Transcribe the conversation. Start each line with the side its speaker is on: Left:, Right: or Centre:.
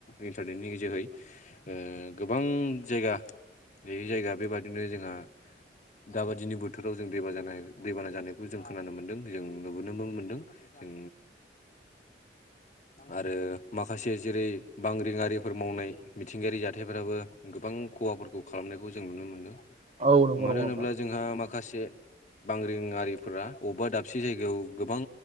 Left: इन्टारनेटनि जोहै ओ गोबां जायगा बिदि जायगा बेबादिनो जोंहा दाबादिनि बोथोराव जों दैबा जानाय दैबाना जानायखौ जों खोनानो मोन्दों जों नुबोनोबो मोनदों। जों आरो माखासे जेरै बांग्रिङारिफोर मावनाय मिथिंगायारि जाथायफोराबो गोबां खहाफोरखौ खालामनायखौ जों नुनो मोनदों
Right: औ नंगौ
Left: मानो
Right: नंगौ
Left: होनोब्ला
Right: नोंथां
Left: जोंहा माखासे बांग्रिङारिफोरा अबेबा दाबसे जायगायाव गोबां